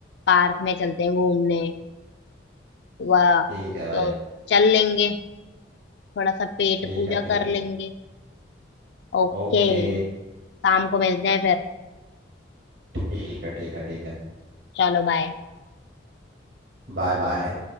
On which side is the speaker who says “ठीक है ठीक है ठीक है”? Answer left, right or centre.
Right